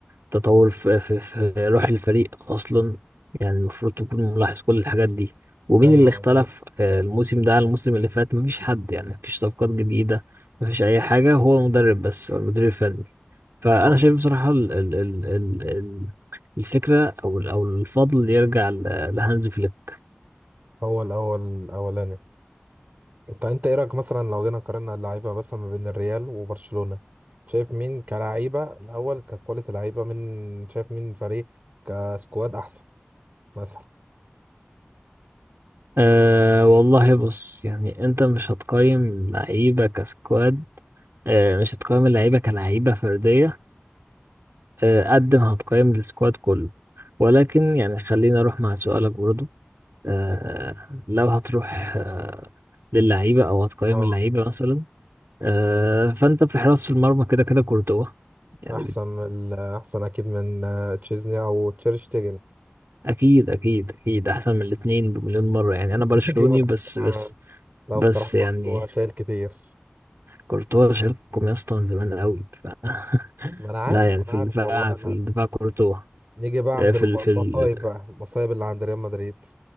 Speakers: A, on the right; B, on the right.
A: تطور في, في, في روح الفريق اصلا يعني المفروض تكون ملاحظ كل الحاجات دي ومين
B: ايوه
A: اللي اختلف
B: والله
A: آه، الموسم ده عن الموسم اللي فات مفيش حد يعني مفيش صفقات جديدة مفيش اي حاجة هو المدرب بس هو المدير الفني فانا
B: هو
A: شايف بصراحه ال ال ال ال ال- الفكره او ال- او الفضل يرجع ل- لهانز فليك
B: هو الاول الاولاني طب انت ايه رايك مثلا لو جينا قارنا اللعيبه مثلا ما بين الريال وبرشلونه شايف مين كلعيبه الاول ككواليتي لعيبه من شايف مين فريق كسكواد احسن مثلا
A: أه والله بص يعني انت مش هتقيم لعيبه كسكواد أه مش هتقيم اللعيبه كلعيبه فرديه أه قد ما هتقيم السكواد كله ولكن يعني خليني اروح مع سؤالك برضو أه لو هتروح أه للعيبه او هتقيم
B: اه
A: اللعيبه مثلا أه فانت في حراسه المرمى كده كده كورتوا يعني
B: احسن من ال- احسن اكيد من آه، تشيزني او تشيرشتيجن
A: اكيد اكيد اكيد احسن من الاثنين بمليون مره يعني
B: <laughs>
A: انا برشلوني
B: نيجي بقى
A: بس
B: آه،
A: بس
B: لا
A: بس
B: بصراحه كنت
A: يعني
B: شايل كتير
A: كورتوا شارككم يا اسطى من زمان قوي ف... <laughs>
B: ما انا عارف
A: لا يعني في
B: انا عارف
A: الدفاع
B: والله
A: في
B: انا
A: الدفاع كورتوا
B: نيجي بقى
A: آه،
B: عند
A: في
B: الم-
A: ال...
B: المصايب
A: في ال...
B: بقى المصايب اللي عند ريال مدريد